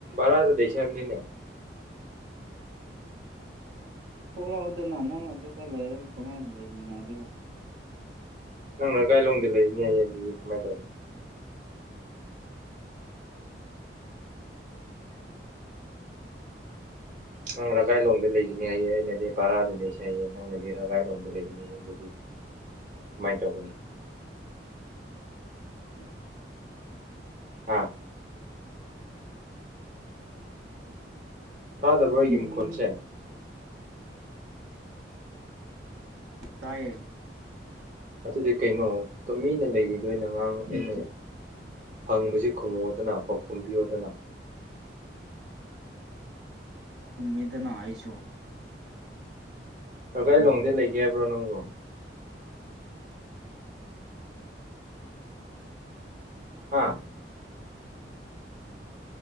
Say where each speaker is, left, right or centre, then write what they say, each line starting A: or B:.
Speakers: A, on the right; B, on the right.
A: ꯔꯥ ꯑꯗꯥ ꯂꯩꯁꯥꯅꯤꯅꯦ
B: ꯊꯣꯛꯂꯛꯑꯣꯗꯅ ꯅꯪ ꯑꯗꯨꯗ ꯂꯩꯔꯒ ꯀꯃꯥꯏꯅ ꯂꯩꯃꯤꯟꯅꯗꯣꯔ
A: ꯅꯪꯅ ꯀꯥꯏꯂꯣꯡꯗ ꯂꯩꯅꯦꯌꯦꯡ ꯑꯗꯨꯗꯤ ꯀꯃꯥꯏꯅ ꯇꯧꯔꯤꯅꯤ ꯅꯪ ꯔꯒꯥꯏꯂꯣꯡꯗ ꯂꯩꯒꯅꯤ ꯍꯥꯏꯌꯦ ꯑꯩꯅꯗꯤ ꯕꯔꯥꯗ ꯂꯩꯁꯦ ꯍꯥꯏꯌꯦ ꯅꯪꯅꯗꯤ ꯔꯒꯥꯏꯂꯣꯡꯗ ꯂꯩꯒꯅꯤꯌꯦ ꯑꯗꯨꯗꯤ ꯀꯃꯥꯏꯅ ꯇꯧꯒꯅꯤ ꯎꯝ <inaudible> <unintelligible> ꯑꯥ
B: ꯎꯝ
A: ꯇꯥꯗꯕ꯭ꯔꯥ ꯑꯩꯒꯤ ꯃꯈꯣꯟꯁꯦ
B: ꯇꯥꯏꯌꯦ
A: ꯑꯗꯨꯗꯤ ꯀꯩꯅꯣ ꯇꯨꯃꯤꯅ ꯂꯩꯔꯤꯗꯣꯏꯅ ꯑꯉꯥꯡ ꯑꯩꯅ ꯍꯪꯕꯁꯤ ꯈꯨꯡꯉꯣꯗꯅ ꯄꯥꯎꯈꯨꯝ ꯄꯤꯌꯣꯗꯅ
B: ꯈꯨꯝꯃꯤꯗꯅ ꯑꯩꯁꯨ
A: ꯔꯒꯥꯏꯂꯣꯡꯗ ꯂꯩꯒꯦ ꯍꯥꯏꯕ꯭ꯔꯣ ꯅꯪꯕꯣ ꯍꯥ